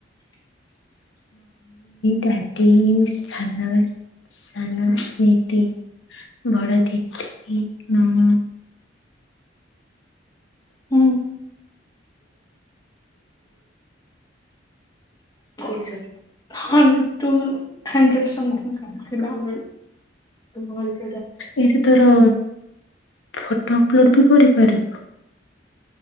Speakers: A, on the left; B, on the left.
A: ଦାଦି ସାନ ସାନ ଦିଦି ବଡ ଦିଦି ମୁଁ
B: ହୁଁ। ଥୋଇଛନ୍ତି। ହଁ ତୁ <unintelligible>
A: ଏଇଠି ତୋର ଫଟୋ ଅପଲୋଡ ତୁ କରିପାରିବୁ।